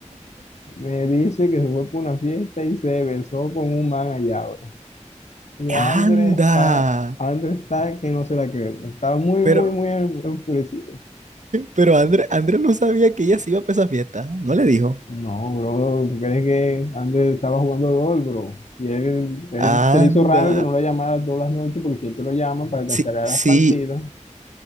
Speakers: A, on the left; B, on the right.
A: Me dice que se fue por una fiesta y se besó con un man allá, bro. Y
B: <laughs>
A: Andrés
B: Anda.
A: está, Andrés está que no se la cree, bro. Está muy,
B: Pero,
A: muy, muy enfurecido.
B: Pero Andrés André no sabía que ella se iba para esa fiesta. No le dijo.
A: No, bro, ¿tú crees que Andrés estaba jugando LOL, bro? Y él, él
B: Anda.
A: se le hizo raro que no lo llamara todas las noches porque siempre lo llaman para cancelar
B: Sí, sí,
A: las partidas.